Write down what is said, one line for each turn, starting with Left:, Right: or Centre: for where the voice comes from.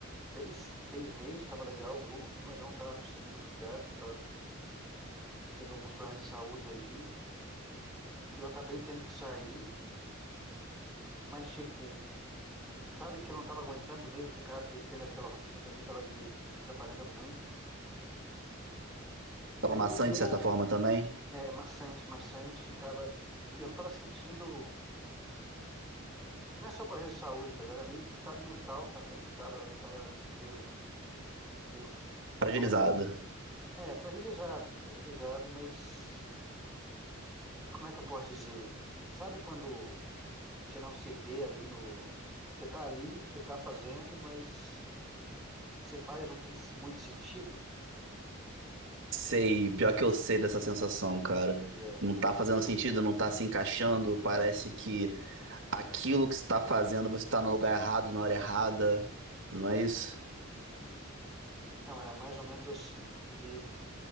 Centre: três, seis meses, tava legal o grupo, mas eu não tava conseguindo ficar, porque eu tava tendo alguns problemas de saúde ali. E eu acabei tendo que sair, mas tipo, sabe que eu não tava aguentando mesmo ficar te- tendo aquela rotina ali, tava me me atrapalhando muito.
Right: Tava
Centre: Aí
Right: maçante
Centre: me deu.
Right: de certa forma também?
Centre: É maçante, maçante. Tava, eu não tava sentindo. Não é só problema de saúde, tá ligado? É meio que estado mental também, que tava, tava meio, meio
Right: Fragilizado.
Centre: foda. É, fragilizado, fragilizado, mas como é que eu posso dizer? Sabe quando você não se vê ali no, no- Você tá ali, você tá fazendo, mas o que você faz não tem muito sentido?
Right: Sei, pior que eu sei dessa sensação, cara.
Centre: Pois é,
Right: Não tá
Centre: pois
Right: fazendo
Centre: é.
Right: sentido, não tá se encaixando, parece
Centre: Sim,
Right: que aquilo que você tá fazendo, você tá no lugar errado, na hora errada, não é isso?
Centre: sim, sim. Então, era mais ou menos assim, porque,